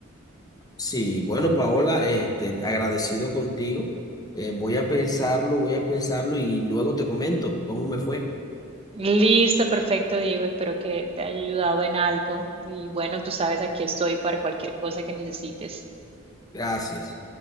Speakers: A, on the left; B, on the right.
A: Sí, bueno, Paola, este, agradecido contigo. Eh, voy a pensarlo, voy a pensarlo y luego te comento cómo me fue.
B: Listo, perfecto, Diego. Espero que te haya ayudado en algo. Y bueno, tú sabes, aquí estoy para cualquier cosa que necesites.
A: Gracias.